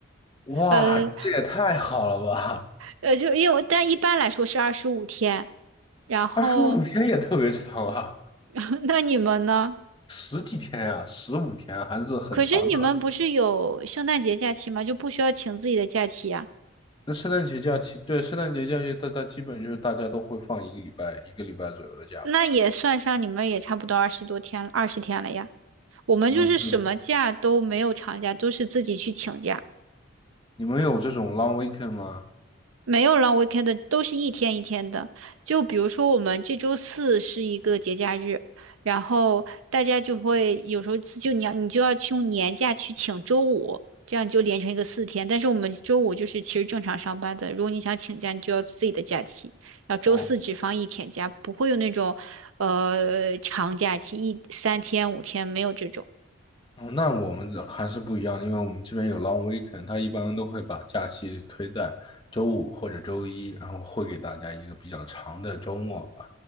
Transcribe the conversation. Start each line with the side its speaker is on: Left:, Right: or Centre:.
Left: 哇，
Right: 呃
Left: 这也太好了吧！
Right: 呃，就因为但一般来说是二十五天。然后，
Left: 二十五天也特别长啊，
Right: <laughs> 那你们呢？
Left: 十几天呀，十五天啊还是很长的了
Right: 可是你们不是有圣诞节假期吗？就不需要请自己的假期呀、
Left: 那圣诞节假期，对，圣诞节假期，大家基本就是大家都会放一个礼拜，一个礼拜左右的假吧。
Right: 那也算上，你们也差不多二十多天了，二十天了呀。我们就是什么假都没有长假，
Left: 嗯，
Right: 都是自己去请假，
Left: 你们有这种 long weekend 吗？
Right: 没有 long weekend 的，都是一天一天的。就比如说我们这周四是一个节假日，然后大家就会有时候就你要你就要去用年假去请周五，这样就连成一个四天。但是我们周五就是其实正常上班的，如果你想请假，你就要自己的假期，然后周四只放一天假，
Left: 哦，
Right: 不会有那种呃长假期一三天五天没有这种。
Left: 哦那我们的还是不一样的因为我们这边有 long weekend，他一般都会把假期推在周五或者周一，然后会给大家一个比较长的周末吧，